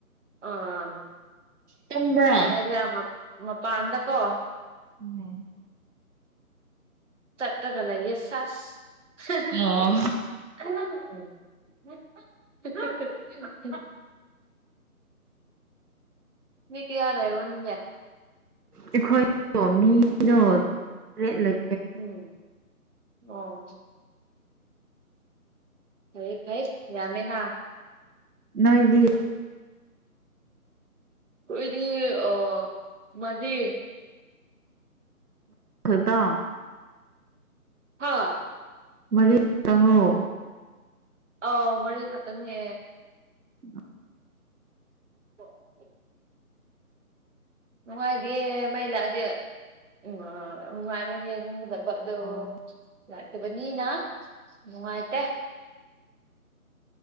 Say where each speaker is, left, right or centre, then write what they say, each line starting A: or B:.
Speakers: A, on the right; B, on the right.
A: ꯑꯥ
B: ꯇꯨꯝꯕ꯭ꯔꯥ
A: ꯀꯩ ꯍꯥꯏꯁꯤꯔ ꯃꯄꯥꯟ ꯃꯄꯥꯟꯗꯀꯣ
B: ꯎꯝ
A: ꯆꯠꯂꯒ ꯂꯩꯌꯦ ꯁꯥꯁ <unintelligible>
B: ꯑꯣ
A: ꯃꯤ ꯀꯩꯌꯥ ꯂꯩꯕꯅ‌ꯣꯅ‌ꯦ
B: ꯑꯩꯈꯣꯏꯗ‌ꯣ ꯃꯤꯗꯣ ꯇꯔꯦꯠ ꯂꯩ
A: ꯎꯝ ꯑ‌ꯣ ꯐꯩꯌ‌ꯦ ꯐꯩꯌ‌ꯦ ꯌꯥꯝꯃ‌ꯦꯅ
B: ꯅꯣꯏꯗꯤ
A: ꯈ‌ꯣꯏꯗꯤ ꯑꯣ ꯃꯥꯔꯤ
B: ꯈꯛꯇꯥ
A: ꯍꯥꯥ
B: ꯃꯔꯤ ꯇꯪꯔ‌ꯣ
A: ꯑꯥꯎ ꯃꯔꯤ ꯈꯛꯇꯪꯅꯦ
B: <inaudible>
A: <unintelligible> ꯅꯨꯡꯉꯥꯏꯗꯤꯌ‌ꯦ ꯃꯩ ꯂꯥꯛꯂꯗꯤ ꯎꯝ ꯑꯥꯥꯥꯥꯥ ꯅꯨꯡꯉꯥꯏꯕ ꯍꯦꯟꯒ ꯄꯗ‌ꯣ
B: ꯑꯣ
A: ꯂꯥꯛꯇꯕꯅꯤꯅ ꯅꯨꯡꯉꯥꯏꯇꯦ